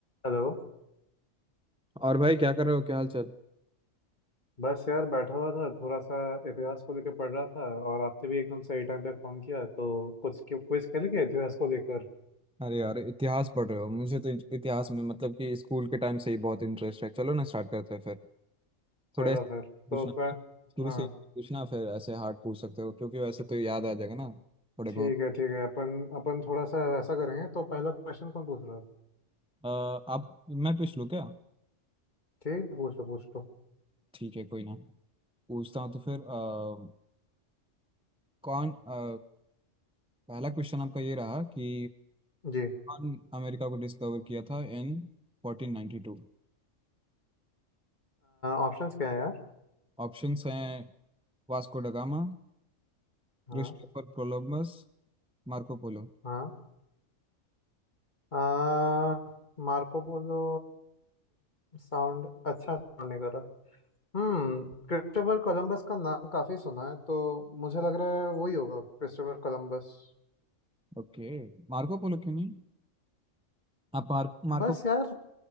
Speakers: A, on the left; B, in the centre.
A: Hello
B: और भाई क्या कर रहे हो क्या हाल चाल
A: बस यार बैठा हुआ था थोड़ा सा इतिहास को लेकर पढ़ रहा था और आपने भी एकदम सही टाइम पे फोन किया तो कुछ क्विज खेले क्या इतिहास को लेकर
B: अरे यार इतिहास पढ़ रहे हो मुझे तो इत- इतिहास में मतलब कि स्कूल के टाइम से ही बहुत इंटरेस्ट है चलो ना स्टार्ट करते हैं फिर थोड़े
A: चलो
B: ऐसे
A: फिर
B: पूछना
A: तो पर
B: शुरू
A: हाँ
B: से पूछना फिर ऐसे हार्ड पूछ सकते हो क्योंकि वैसे तो याद आ जाएगा ना थोड़े
A: ठीक
B: बहुत
A: है ठीक है अपन अपन थोड़ा सा ऐसा करेंगे तो पहला क्वेश्चन कौन पूछ रहा है
B: अ, आप मैं पूछ लूँ क्या
A: ठीक है पूछ लो पूछ लो
B: ठीक है कोई ना पूछता हूँ तो फिर अ, कौन अ, पहला क्वेश्चन आपका ये रहा कि
A: जी
B: कौन अमेरिका को डिस्कवर किया था इन 1492
A: ऑप्शंस क्या है यार
B: ऑप्शंस हैं Vasco da Gama
A: हाँ
B: Christopher Columbus Marco Polo
A: हाँ आ, मार्को पोलो साउंड अच्छा sound नहीं कर रहा हम्म क्रिस्टोफर कोलंबस का नाम काफी सुना है तो मुझे लग रहा है वही होगा क्रिस्टोफर कोलंबस
B: Okay Marco Polo क्यों नहीं आप मार्क मार्को
A: बस यार